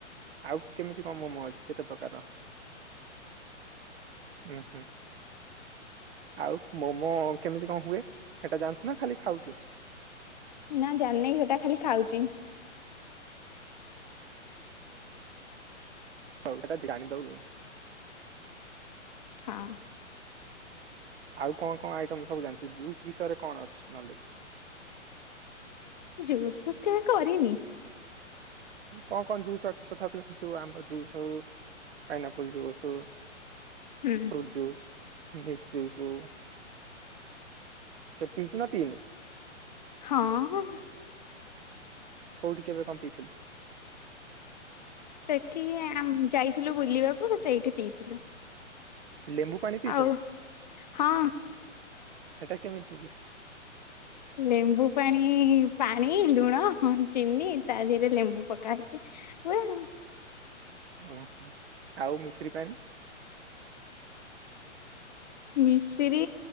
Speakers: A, on the right; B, on the left.
A: ଆଉ କେମିତି କଣ ମୋମୋ ଅଛି କେତେ ପ୍ରକାର? ହୁଁ, ହୁଁ। ଆଉ ମୋମୋ କେମିତି କଣ ହୁଏ ସେଟା ଜାଣିଛୁ ନା ଖାଲି ଖାଉଛୁ?
B: ନା ଜାଣିନେଇ ସେଟା ଖାଲି ଖାଉଛି।
A: ହଉ ସେଟା ଜାଣିଦଉନୁ <unintelligible>
B: ହଁ।
A: ଆଉ କଣ କଣ ଆଇଟମ୍ ସବୁ ଜାଣିଛ ଜୁସ୍ ବିଷୟରେ କଣ ଅଛି ନଲେଜ?
B: ଜୁସ୍ ଫୁସ୍ କେବେ କରିନି
A: କଣ କଣ ଜୁସ ଅଛି ତଥାପି କରିଛୁ ଆମ୍ବ ଜୁସ ହଉ ପାଇନାପୁଲ୍ ଯୁସ୍ ହଉ
B: ହୁଁ
A: ଫ୍ରୁଟ ଜୁସ ମିକ୍ସ ଜୁସ କେ ପିଛୁ ନା ପିନୁ
B: ହଁ
A: କୋଉଠି କେବେ କଣ ପିଥିଲୁ
B: ସେଇଠି ଆମ୍ ଯାଇଥିଲୁ ବୁଲିବାକୁ ସେଇଠି ପିଇଥିଲୁ
A: ଲେମ୍ବୁ ପାଣି ପିଇଛୁ
B: ଆଉ
A: ନା
B: ହଁ
A: ହେଟା କେମିତି ହୁଏ
B: ଲେମ୍ବୁ ପାଣି ପାଣି ଲୁଣ ଚିନି ତା ଦେହରେ ଲେମ୍ବୁ ପକା ହେଇକି ହୁଏ ଆଉ
A: ଓହୋ ଆଉ ମିଶ୍ରୀ ପାଣି
B: ମିଶ୍ରୀ